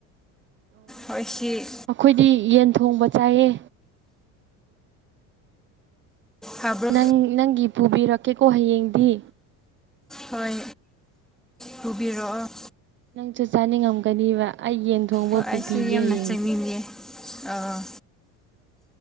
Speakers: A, on the right (about 30°); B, in the centre.
A: ꯑꯣ
B: ꯍꯣꯏ ꯁꯤ
A: ꯑꯩꯈꯣꯏꯗꯤ ꯌꯦꯟ ꯊꯣꯡꯕ ꯆꯥꯏꯌꯦ
B: ꯍꯥꯕ꯭ꯔꯣ
A: ꯅꯪ ꯅꯪꯒꯤ ꯄꯨꯕꯤꯔꯛꯀꯦꯀꯣ ꯍꯌꯦꯡꯗꯤ
B: ꯍꯣꯏ ꯄꯨꯕꯤꯔꯛꯑꯣ
A: ꯅꯪꯁꯨ ꯆꯥꯅꯤꯡꯉꯝꯒꯅꯦꯕ ꯑꯩ ꯌꯦꯟ ꯊꯣꯡꯕ
B: ꯍꯣꯏ
A: ꯄꯨꯕꯤꯒꯦ
B: ꯑꯩꯁꯨ ꯌꯥꯝꯅ
A: ꯍꯌꯦꯡꯗꯤ
B: ꯆꯪꯅꯤꯡꯉꯦ ꯑꯥ